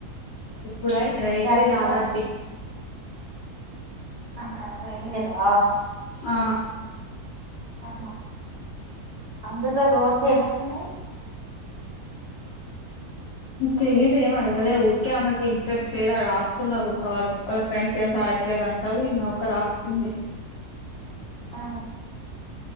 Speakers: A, on the left; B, on the right.
A: ఇప్పుడా రైల్వే
B: బ్యాంకుదా
A: దార్ ఆర్ బి
B: అహా రైల్వే దా
A: ఆ
B: ఆహా అందులో రోజు ఏమేమి ఉన్నాయి
A: తెలీదు ఏం అడగాలే ఊరికే ఆమెకి ఇంట్రెస్ట్ లేదా రాస్తున్నారు వాళ్ళ ఫ్రెండ్స్ ఏం రా యత్లేదంట ఈమోక రాస్తుంది
B: ఆ